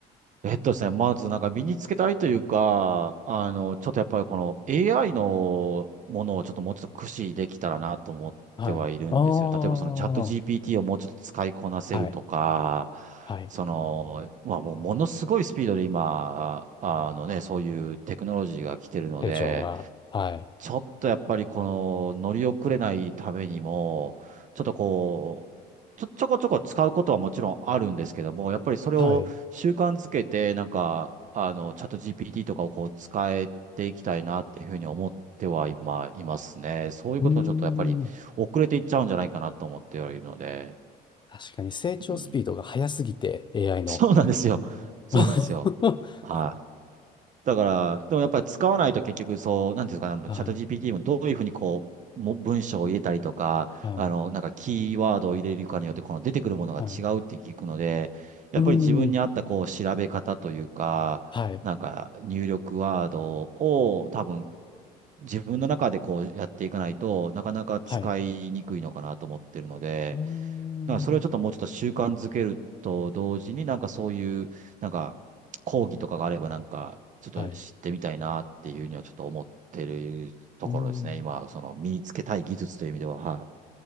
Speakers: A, on the right (about 50°); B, on the left (about 25°).
A: えっとですね、まずなんか身につけたいというか、あの、ちょっとやっぱりこの AI のものをちょっともうちょっと駆使できたらなと思ってはいるんですよ。
B: はい。ああ、
A: 例えばそのチャット GPT
B: は
A: をもうちょっと使いこなせるとか、
B: い。はい。
A: その、まあもうものすごいスピードで今、あのね、そういうテクノロジーが来てるので、
B: 成長が。はい。
A: ちょっとやっぱりこの乗り遅れないためにも、ちょっとこう、ちょ、ちょこちょこ使うことはもちろんあるんですけども、やっぱりそれを習慣づけて、
B: はい。う
A: なんか、あの、チャット GPT とかをこう使えていきたいなっていうふうに思っては今、いますね。そういうことをちょっとやっぱり遅れていっちゃうんじゃないかなと思ってはいるので、
B: ーん。確かに成長スピードが速すぎて、
A: うん。
B: AI の。
A: そうなんですよ。そうなんですよ。
B: <laughs>
A: はい。だから、でもやっぱり使わないと結局そう、なんていうんですかね、あの、
B: はい、
A: チャット GPT もどういうふうにこう、も文章を入れたりとか、
B: はい、
A: あの、なんかキーワードを入れるかによって、この出てくるものが違うって聞くので、
B: はい。
A: やっぱり自分に合ったこう、
B: うーん、
A: 調べ方というか、
B: はい、
A: なんか入力ワードを多分自分の中でこうやっていかないとなかなか使いにくいのかなと思ってるので、
B: はい。うーん、
A: なんかそれをちょっともうちょっと習慣づけると同時に、なんかそういう、なんか講義とかがあれば、なんかちょっと知ってみたいなっていうにはちょっと思ってるところですね。
B: はい。うーん、
A: 今、その身につけたい技術という意味では、はい。